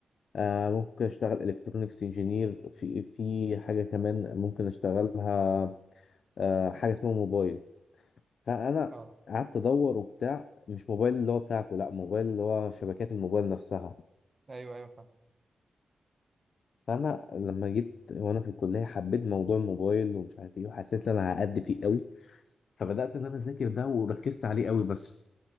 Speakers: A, on the left; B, on the right.
A: آه ممكن اشتغل الكترونكس انجينير في في حاجه كمان ممكن اشتغلها آه حاجه اسمها موبايل فانا
B: اه
A: قعدت ادور وبتاع مش موبايل اللي هو بتاعكم لا موبايل اللي هو شبكات الموبايل نفسها
B: ايوه ايوه فاهم
A: فانا لما جيت وانا في الكليه حبيت موضوع الموبايل ومش عارف ايه وحسيت ان انا هأدي فيه قوي فبدات ان انا اذاكر ده وركزت عليه قوي بس